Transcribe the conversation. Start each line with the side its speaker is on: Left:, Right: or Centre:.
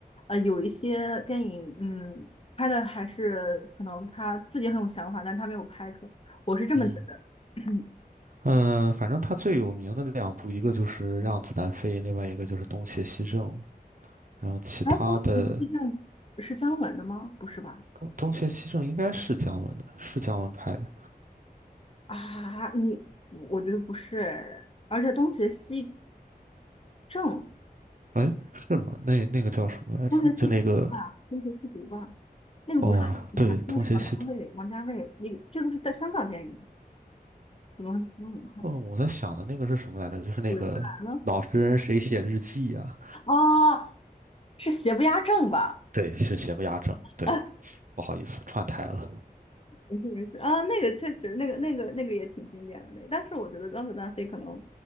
Left: 呃，有一些电影，嗯，拍的还是可能他自己很有想法，但他没有拍出来。我是这么觉得。
Right: 嗯，
Left: <clears throat>
Right: 呃，反正他最有名的两部，一个就是《让子弹飞》，另外一个就是《东邪西正》。然后其他的
Left: 哎，当时地震是姜文的吗？不是吧？
Right: 哦东邪西正》应该是姜文的，是姜文拍的。
Left: 啊，你嗯我觉得不是，而且东邪西正，
Right: 哎，是吗？那那个叫什么来着？
Left: 东邪西毒吧，
Right: 就那个
Left: 东邪西毒吧，那个不是神探那个是王家卫，
Right: 哦，对，《东邪西毒》。
Left: 王家卫，你这个是在香港电影，怎么会是中文看的？
Right: 哦，我在想的那个是什么来着？就是那个老实人谁写日记呀、
Left: 鬼子来了，哦，是邪不压正吧？
Right: 对，是邪不压正。对，
Left: <laughs> 啊，
Right: 不好意思，串台了。
Left: 不是不是啊，那个确实，那个那个那个也挺经典的那个，但是我觉得《让子弹飞》可能